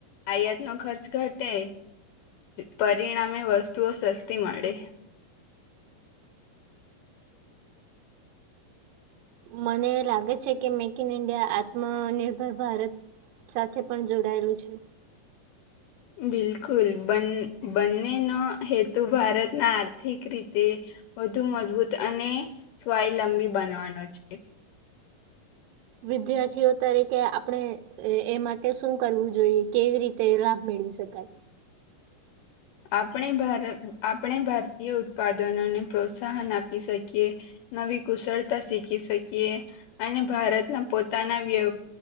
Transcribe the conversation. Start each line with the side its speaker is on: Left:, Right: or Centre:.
Left: આયાતનો ખર્ચ ઘટે પરિણામે વસ્તુઓ સસ્તી મળે.
Right: મને લાગે છે કે મેક ઇન ઇન્ડિયા આત્મનિર્ભર ભારત સાથે પણ જોડાયેલું છે.
Left: બિલકુલ બ બંનેનો હેતુ ભારતના આર્થિક રીતે વધુ મજબૂત અને સ્વાવલંબી બનવાનો છે
Right: વિદ્યાર્થીઓ તરીકે આપણે એ માટે શું કરવું જોઈએ કેવી રીતે તે લાભ મેળવી શકાય
Left: આપણે ભારતીય ઉત્પાદનોને પ્રોત્સાહન આપી શકીએ નવી કુશળતા શીખી શકીએ અને ભારતના પોતાના વ્ય